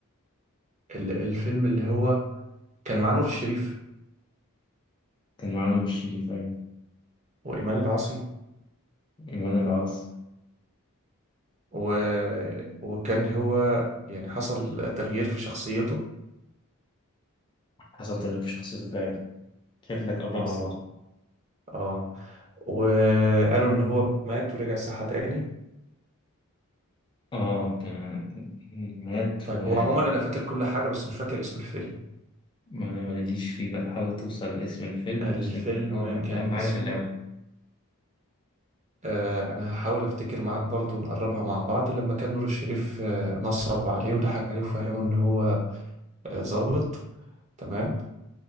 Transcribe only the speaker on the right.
ال- الفيلم اللي هو كان مع نور الشريف
وإيمان العاصي
و... وكان هو يعني حصل تغيير في شخصيته
اه
اه وقالوا ان هو مات ورجع صحة تاني
طيب
هو عموما انا فاكر كل حاجة بس مش فاكر اسم الفيلم
الفيلم
كان
اسمه
آه انا هحاول افتكر معاك برضو نقربها مع بعض لما كان نور الشريف آه نصب عليه وضحك عليه وفهمه ان هو آه ظابط تمام